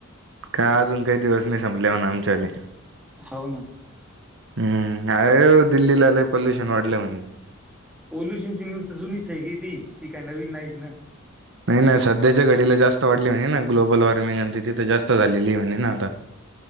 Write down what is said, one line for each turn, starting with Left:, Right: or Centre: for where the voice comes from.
Right: का अजून काही दिवस नाही संपल्या म्हणा आमच्याले
Centre: हो ना
Right: हम्म अे दिल्लीला ल पॉल्युशन वाढलं म्हणे
Centre: पॉोल्युशन ची न्यूज तर जुनीच आहे की ती ती काय नवीन नाहीच ना
Right: नाही नाही सध्याच्या घडीला जास्त वाढली म्हणेज ना ग्लोबल वॉर्मिंग आणि तिथं जास्त झालेली म्हणे ना आता